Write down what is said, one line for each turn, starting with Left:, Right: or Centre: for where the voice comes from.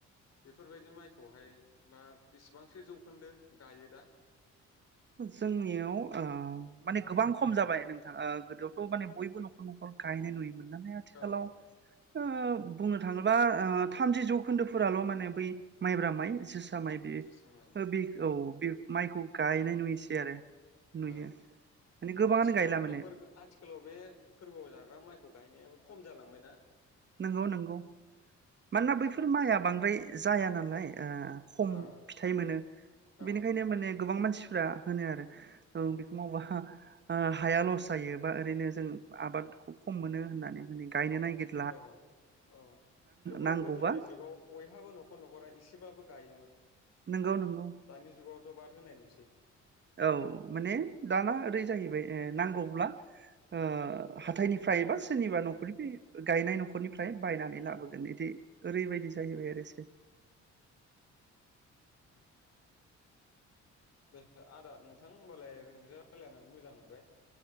Left: बेफोरबायदि माइखौहाय बा बेसेबांसो जौखोन्दो गायो दा?
Right: जोंनियाव ओ माने गोबां खम जाबाय नोंथाङा गोदोआवथ' माने बयबो न'खर न'खर गायनाय नुयोमोन। नाथाय आथिखालाव
Left: औ
Right: ओ बुंनो थाङोबा थामजि जौखोन्दोफोराल' माने बै माइब्रा जोसा माइ बे
Left: जोसा माइ
Right: औ माइखौ गायनाय नुयोसै आरो। नुयो
Left: औ
Right: माने गोबाङानो
Left: आथिखालाव
Right: गायला
Left: बेफोर
Right: माने
Left: आथिखालाव बे फोरबोआव जाग्रा माइखौ गायनायाबो खम जालांबाय ना?
Right: नंगौ नंगौ मानोना बैफोर माइआ बांद्राय जाया नालाय ओ खम
Left: ओ
Right: फिथाइ मोनो
Left: औ
Right: बेनिखायनो माने गोबां मानसि मानसिफ्रा होनो आरो। ओं
Left: औ
Right: बेखौ मावबा ओ हाया लस जायो बा ओरैनो जों आबादखौ खम मोनो होननानै माने गायनो नागिर
Left: औ औ औ थेवबो
Right: नांगौबा
Left: गोदोनि जुगाव बयहाबो न'खर न'खरा एसेबाबो गायोमोन।
Right: नोंगौ नोंगौ
Left: दानि जुगावथ' बाद होनाय नुसै।
Right: औ माने दाना ओरै जाहैबाय ओ नांगौब्ला ओ
Left: उम
Right: हाथायनि फ्राय बा सोरनिबा न'खरनि बे गायना नखरनिफ्राय बायनानै
Left: औ
Right: लाबोगोन इदि ओरैबायदि जाहैबाय आरो सो
Left: उम दे आदा नोंथां होमबालाय नोंजों रायलायनानै मोजां मोनबाय ।